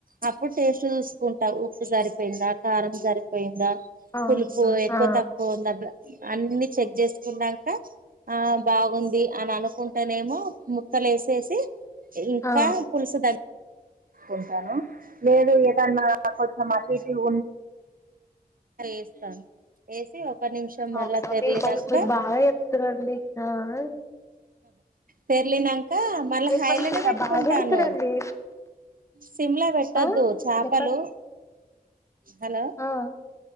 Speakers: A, on the right; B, on the left.
A: అప్పుడు టేస్ట్ జూసుకుంటా ఉప్పు సరిపోయిందా కారం సరిపోయిందా
B: అవునా
A: పులుపు ఎక్కువ
B: ఆ
A: తక్కువ ఉంద అన్ని చెక్ జేసుకున్నంక ఆహ్ బాగుంది అని అనుకుంటేనేమో ముక్కలేసేసి ఇంక్కా
B: ఆ
A: పులుసు దగ్ కుంటాను లేదు ఏదన్నా కొంచెం అటు ఇటు ఉన్ ఏస్తాను ఏసి ఒక నిమిషం మళ్ళా
B: అవునా
A: తెరిలినాక
B: మీర్ మరి మీరు బాగా జెప్తారండి ఆ ఆ
A: తెర్లినంకా మళ్ళీ
B: మీరు
A: హైలనే
B: మంచిగా
A: పెట్టుకుంటాను
B: బాగా ఎడుతురండి
A: సిమ్లా వేట్టొద్దు
B: ఆ
A: చాపలు
B: చెప్పండి
A: హలో
B: ఆ